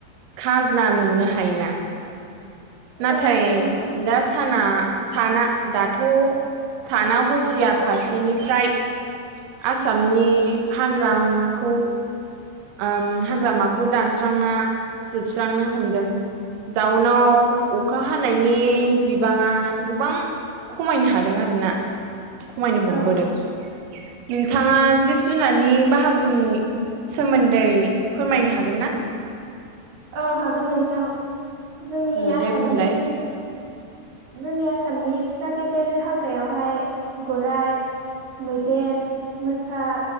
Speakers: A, on the right (about 75°); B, on the right (about 55°).
A: खाजना मोननो हायोना? नाथाय
B: औ नंगौ नोंथां
A: दा साना साना दाथ' साना हसिया फारसेनिफ्राय आसामनि हाग्रामाखौ ओम हाग्रामाखौ दानस्रांना जोबस्रांनो हमदों। दाउनाव अखा हानायनि बिबाङा गोबां खमायनो हादों आरो ना खमायनो
B: औ
A: हमबोदों नों बिथाङा जिब जुनारनि बाहागोनि। सोमोन्दै फोरमायनो हागोन ना?
B: औ हागोन नोंथां जोंनि
A: ओ
B: आसामनि
A: दे बुंलाय
B: जोंनि आसामनि फिसा गेदेर हाग्रायावहाय गराइ मैदेर मोसा